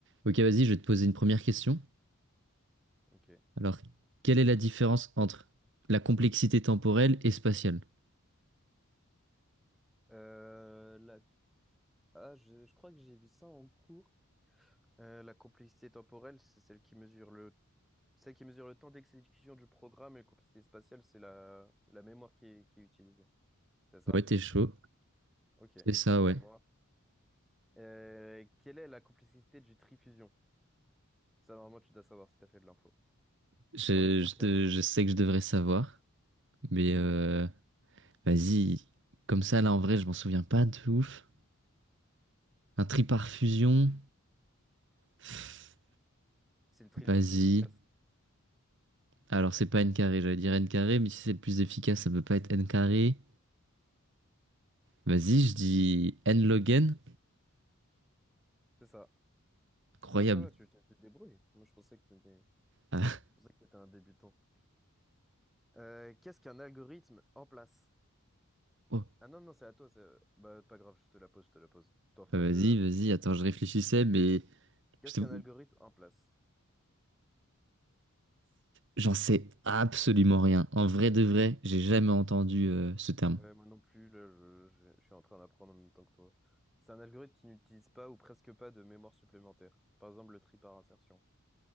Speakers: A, on the right (about 55°); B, in the centre.
A: Ok, vas-y, je vais te poser une première question.
B: Ok.
A: Alors, quelle est la différence entre la complexité temporelle et spatiale?
B: Euh, la... Ah, je, je crois que j'ai vu ça en cours. Euh, la complexité temporelle, c'est celle qui mesure le... celle qui mesure le temps d'exécution du programme et la complexité spatiale, c'est la... la mémoire qui est, qui est utilisée. C'est ça?
A: Ouais, t'es chaud.
B: Ok.
A: C'est ça, ouais.
B: À moi. Euh, quelle est la complexité du trifusion? Ça, normalement, tu dois savoir si tu as fait de l'info.
A: Je,
B: Dans le pire
A: je
B: cas,
A: te-
B: dans
A: je
B: le pire
A: sais
B: cas, bien
A: que je
B: sûr.
A: devrais savoir, mais euh, vas-y. Comme ça, là, en vrai, je m'en souviens pas de ouf. Un tri par fusion. Pff,
B: C'est le tri le
A: Vas-y.
B: plus efficace.
A: Alors, c'est pas n carré, j'allais dire n carré, mais si c'est le plus efficace, ça peut pas être n carré. Vas-y, je dis n log n.
B: C'est ça.
A: Incroyable.
B: Ça, ça va, tu tu te débrouilles. Moi, je pensais que t'étais, je
A: Ah,
B: pensais que t'étais un débutant. Euh, qu'est-ce qu'un algorithme en place?
A: oh.
B: Ah non, non, c'est à toi. c'est- Bah, pas grave, je te la pose, je te la pose. T'en feras
A: Ah, Vas-y,
B: deux après.
A: vas-y. Attends, je réfléchissais, mais...
B: Qu'est-ce
A: Je t'avoue,
B: qu'un algorithme en place?
A: J'en sais absolument rien. En vrai de vrai, j'ai jamais entendu euh, ce terme.
B: Ouais, moi non plus, là, je, je- je suis en train d'apprendre en même temps que toi. C'est un algorithme qui n'utilise pas ou presque pas de mémoire supplémentaire. Par exemple, le tri par insertion.